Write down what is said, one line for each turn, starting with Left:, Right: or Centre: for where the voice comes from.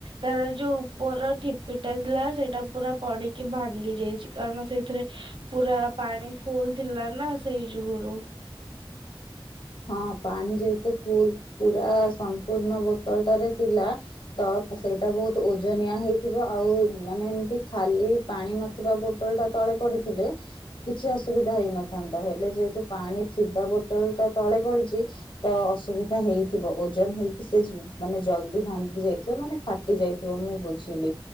Right: ତାର ଯୋଉ ଉପର ଠିପିଟା ଥିଲା ସେଇଟା ପୁରା ପଡିକି ଭାଙ୍ଗି ଯାଇଚି। କାରଣ ସେଇଥିରେ ପୁରା ପାଣି ଫୁଲ୍ ଥିଲା ନା ସେଇ ଯୁଗୁରୁ।
Left: ହଁ ପାଣି ଯେହେତୁ ଫୁଲ୍ ପୁରା ସମ୍ପୂର୍ଣ୍ଣ ବୋତଲଟାରେ ଥିଲା। ତ ସେଇଟା ବହୁତ ଓଜନିଆ ହେଇଥିବ ଆଉ ମାନେ ଏମିତି ଖାଲି ପାଣି ନଥିବା ବୋ ଟଲ ତା ତଳେ ପଡିଥିଲେ କିଛି ଅସୁବିଧା ହେଇନଥାନ୍ତା ହେଲେ ଯେହେତୁ ପାଣି ଥିବା ବୋଟଲ ଟା ତଳେ ପଡିଚି ତ ଅସୁବିଧା ହେଇଥିବ ଓଜନ ହେଇକି ସେ ଯ ମାନେ ଜଲଦି ଭାଙ୍ଗି ଯାଇଥିବ ମାନେ ଫା ଟି ଯାଇଥିବ ମୁଁ ବୁଝିଲି